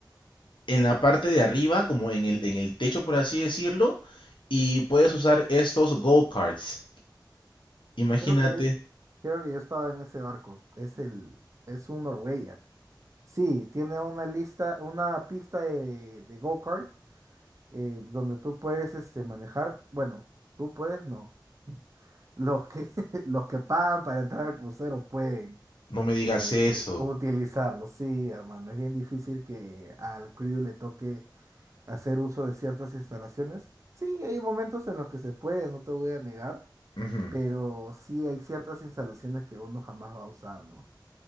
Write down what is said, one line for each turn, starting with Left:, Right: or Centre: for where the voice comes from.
Left: en la parte de arriba, como en el, en el techo, por así decirlo, y puedes usar estos go-karts. Imagínate,
Right: Creo que yo, creo que yo estaba en ese barco. Es el, es un Norwegian. Sí, tiene una lista, una pista de, de go-karts eh, donde tú puedes este, manejar. Bueno, tú puedes, no. Los que, <laughs> los que pagan para entrar al crucero pueden
Left: no me digas
Right: eh,
Left: eso.
Right: u- utilizarlo. Sí, hermano, es bien difícil que al crew le toque hacer uso de ciertas instalaciones. Sí, hay momentos en los que se puede, no te voy a negar,
Left: Ujú,
Right: pero sí hay ciertas instalaciones que uno jamás va a usar, ¿no?